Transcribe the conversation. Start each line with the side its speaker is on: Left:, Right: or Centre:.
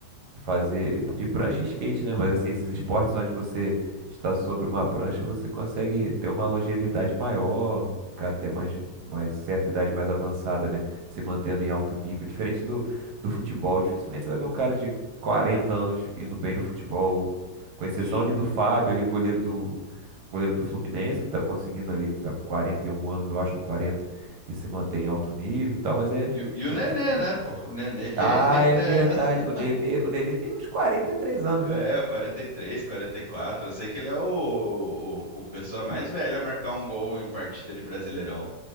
Right: fazer de prancha e skate, né? Mas assim, esses esportes onde você está sobre uma prancha, você consegue ter uma longevidade maior, ficar até mais, mais certa idade mais avançada, né? Se mantendo em alto nível. Diferente do, do futebol, dificilmente você vai ver um cara de 40 anos indo bem no futebol, com exceção
Left: sim.
Right: ali do Fábio, ali goleiro do goleiro do Fluminense, que está conseguindo ali, tá com 41 anos, eu acho, ou 40 e se mantém em alto nível e tal, mas é,
Left: E, o- e o
Right: é
Left: Nenê,
Right: difícil.
Left: né, pô? O Nenê que
Right: Ah,
Left: é eterno.
Right: é verdade.
Left: <laughs>
Right: O Nenê, o Nenê tem uns 43 anos,
Left: É,
Right: né?
Left: o 43, quarenta e quatro Eu sei que ele é o, o, o pessoa mais
Right: O-
Left: velha a marcar um gol em partida de Brasileirão.